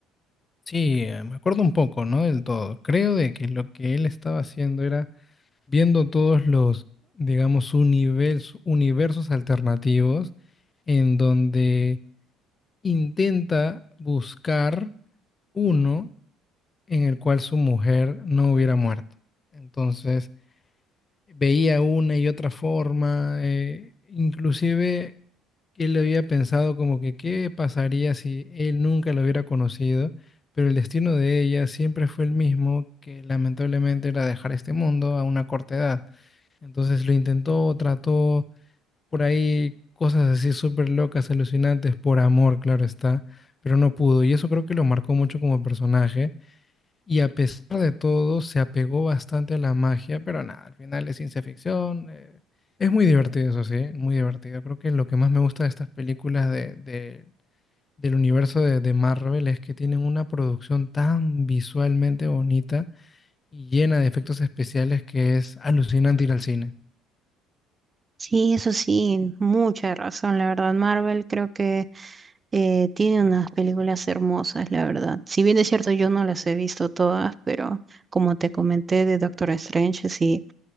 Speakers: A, on the left (about 30°); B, on the right (about 30°).
A: Sí, eh, me acuerdo un poco, no del todo. Creo de que lo que él estaba haciendo era viendo todos los, digamos, universos, universos alternativos en donde intenta buscar uno en el cual su mujer no hubiera muerto. Entonces, veía una y otra forma, eh, inclusive él había pensado como que qué pasaría si él nunca la hubiera conocido, pero el destino de ella siempre fue el mismo, que lamentablemente era dejar este mundo a una corta edad. Entonces lo intentó, trató por ahí cosas así súper locas, alucinantes, por amor, claro está, pero no pudo. Y eso creo que lo marcó mucho como personaje. Y a pesar de todo, se apegó bastante a la magia, pero nada, al final es ciencia ficción. eh, es muy divertido, eso sí, muy divertido. Creo que lo que más me gusta de estas películas de, de- del universo de, de Marvel es que tienen una producción tan visualmente bonita y llena de efectos especiales que es alucinante ir al cine.
B: Sí, eso sí, mucha razón, la verdad. Marvel creo que eh, tiene unas películas hermosas, la verdad. Si bien es cierto, yo no las he visto todas, pero como te comenté de Doctor Strange, sí,